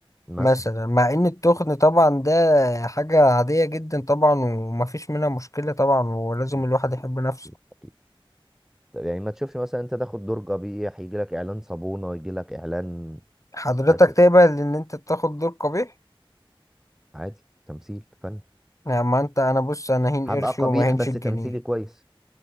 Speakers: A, in the centre; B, on the left (about 35°).
A: مثلا
B: مثلا مع ان التخن طبعا ده حاجة عادية جدا طبعا ومفيش منها مشكلة طبعا ولازم
A: أكيد
B: الواحد
A: أكيد
B: يحب نفسه
A: أكيد أكيد طب يعني ما تشوفش مثلا انت تاخد دور قبيح يجيلك اعلان صابونة يجيلك اعلان
B: حضرتك
A: حاجة كده.
B: تقبل ان انت تاخد دور قبيح
A: عادي تمثيل فن
B: يا ما انت انا بص انا هين
A: هبقى
B: قرشي
A: قبيح
B: وما هينش
A: بس
B: الجنيه
A: تمثيلي كويس